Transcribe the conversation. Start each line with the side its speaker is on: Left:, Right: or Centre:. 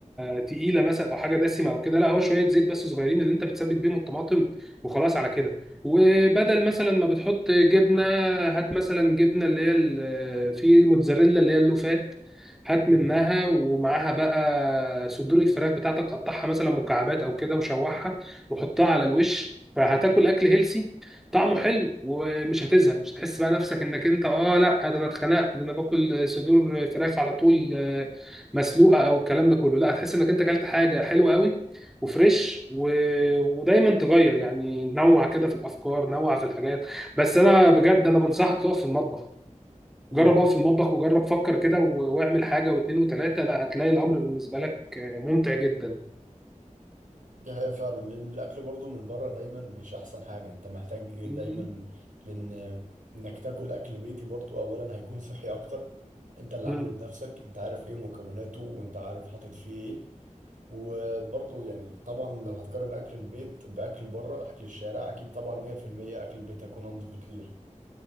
Centre: تقيله مثلا او حاجه دسمه او كده لا هو شويه زيت بس صغيرين اللي انت بتسبك بيهم الطماطم وخلاص على كده وبدل مثلا ما بتحط جبنه هات مثلا جبنه اللي هي ال- في موتزاريلا اللي هي اللوفات هات
Right: مم.
Centre: منها ومعاها بقى صدور الفراخ بتاعتك قطعها مثلا مكعبات او كده وشوحها وحطها على الوش فهتاكل اكل هيلسي طعمه حلو ومش هتزهق مش هتحس بقى نفسك انك انت اه لا ده انا اتخنقت ده انا باكل صدور فراخ على طول مسلوقه او الكلام ده كله لا هتحس انك انت اكلت حاجه حلوه قوي وفريش و... ودايما تغير يعني نوع كده في الافكار نوع في الحاجات بس انا بجد انا بنصحك تقف في المطبخ
Right: مم.
Centre: جرب اقف في المطبخ وجرب فكر كده و... واعمل حاجه واثنين وثلاثه لا هتلاقي الامر بالنسبه لك ممتع جدا
Right: دي حقيقة فعلا لأن الأكل برضو من بره دايما مش أحسن حاجة أنت محتاج
Centre: مم.
Right: دايما لأن إنك تاكل أكل بيتي برضو أولا هيكون صحي أكتر أنت اللي
Centre: مم.
Right: عامله بنفسك أنت عارف إيه مكوناته وأنت عارف حاطط فيه إيه وبرضو يعني طبعا لو هتقارن أكل البيت بأكل بره أكل الشارع أكيد طبعا 100% أكل البيت هيكون أنضف بكتير